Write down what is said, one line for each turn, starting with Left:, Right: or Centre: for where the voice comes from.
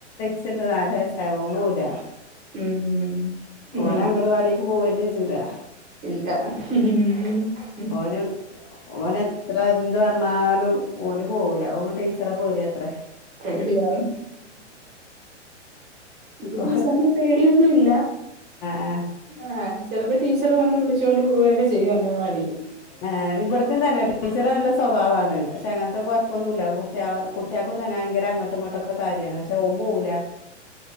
Left: ചിണ്ട് നാല് വയസ്സാ ഓം പോവുല
Right: ഉം ഉം
Left: ഓന് അംഗൻവാടി പോവന്നേജുക-
Right: ഇല്ലഹും ഹും ഹു
Left: ഓന്. ഓന് എത്ര എന്ത് പറനാലും ഓന് പോവൂല ഓന് ടീച്ചറെ പേടിയാത്രെ.
Right: പേടിയാണ്. ഇത്
Left: ആഹ്
Right: പീ സബ്ബംപേടിന്നും ഇല്ല.
Left: ആഹ്
Right: ആഹ് ചിലപ്പോ ടീച്ചർ വന്ന് വിളിചോണ്ട് പോവക്കെ ചെയ്യും അങ്ങനെ വാടി
Left: ആ ഇപട്ത്തെ തന്നെട്ട ടീച്ചറ് നല്ല സ്വഭാവാണ്. ക്ഷെ അങ്ങനത്തെ കുഴപ്പൊന്നുല്ല. കുട്ടിക കുട്ടികൾക്കും തന്നെ ഭയങ്കര അങ്ങട്ട് ഇങ്ങട്ടൊക്കെ കാര്യാണ്. ഓപോകുല